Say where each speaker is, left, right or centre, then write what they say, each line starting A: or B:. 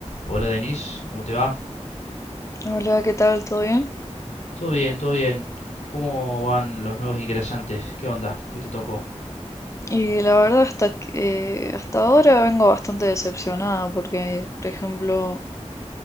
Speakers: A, on the left (about 70°); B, on the left (about 25°).
A: Hola Denis, ¿cómo te va?
B: Hola, ¿qué tal? ¿Todo bien?
A: Todo bien, todo bien. ¿Cómo van los nuevos ingresantes? ¿Qué onda? ¿Qué te tocó?
B: Y la verdad hasta, que- eh, hasta ahora vengo bastante decepcionada porque, por ejemplo,